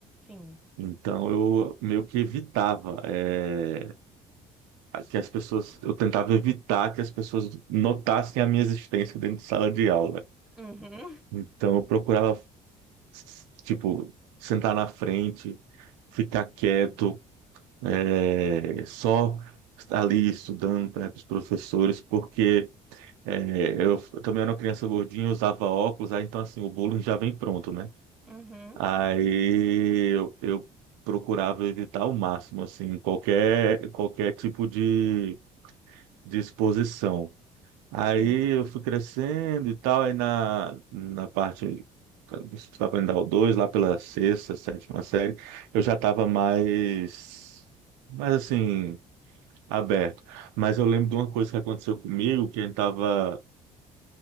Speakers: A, in the centre; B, on the right.
A: sim.
B: Então, eu meio que evitava, eh, que as pessoas, eu tentava evitar que as pessoas notassem a minha existência dentro de sala de aula.
A: Uhum,
B: Então, eu procurava s- Tipo, sentar na frente, ficar quieto, é, só estar ali estudando perto dos professores, porque é, eu f- também era uma criança gordinha, usava óculos, aí então assim, o bullying já vem pronto, né?
A: uhum,
B: Aí eu, eu procurava evitar ao máximo, assim, qualquer, qualquer tipo de, de exposição. Aí
A: sim.
B: eu fui crescendo e tal, aí na, na parte que estava indo ao 2 lá pela sexta, sétima série, eu já estava mais, mais assim, aberto. Mas eu lembro de uma coisa que aconteceu comigo, que a gente estava